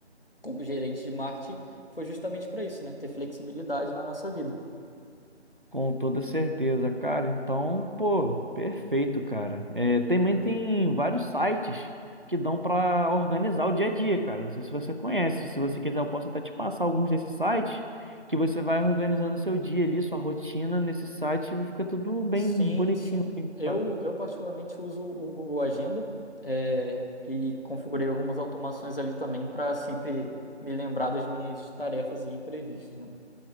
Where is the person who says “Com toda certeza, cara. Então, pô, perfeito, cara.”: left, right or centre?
Right